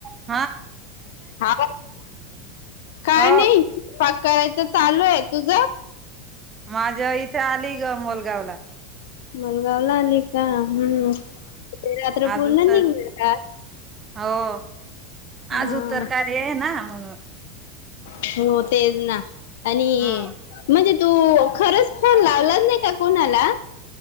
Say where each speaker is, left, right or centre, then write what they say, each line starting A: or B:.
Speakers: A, on the right (about 20°); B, on the left (about 75°).
A: ह..
B: ह काय
A: हो
B: नाही पाक करायचा - चालू आहे. तुझ,
A: माझ इथे आली ग मोलगाव ला.
B: मणगाव ला आल- का. हम्म- रात्र
A: आज
B: पूर्ण
A: उतर
B: निघले का?
A: हो.
B: हा
A: आज उतरकार आहे ना म्हणून...
B: हो तेज ना. आणि
A: ह
B: म्हणजे... तू खरच फोन लावला नाही का कोणाला...